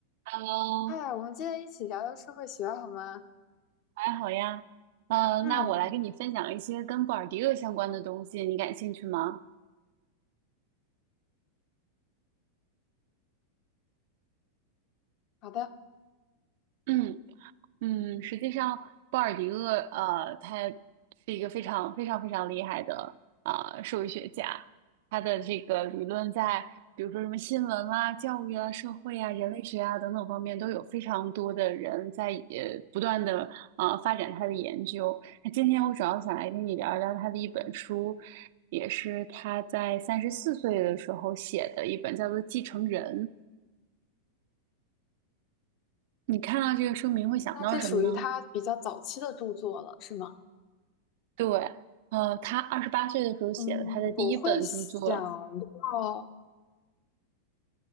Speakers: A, on the right; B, on the left.
A: Hello，
B: 嗨，我们今天一起聊聊社会学好吗？
A: 还好呀。嗯、
B: 嗯，
A: 那我来跟你分享一些跟布尔迪厄相关的东西，你感兴趣吗？
B: 好的，
A: 嗯。嗯，实际上，鲍尔迪厄，呃，他是一个非常非常非常厉害的啊、呃社会学家，他的这个理论在比如说什么新闻啦、教育啊、社会啊、人类学啊等等方面，都有非常多的人在呃不断的啊、呃发展他的研究。那今天我主要想来跟你聊一聊他的一本书，也是他在三十四岁的时候写的一本，叫做《继承人》。你看到这个书名会想到什么呢？
B: 那这属于他比较早期的著作了，是吗？
A: 对，呃，他二十八岁的时候写了他的第一本著作，
B: 嗯，我会想到，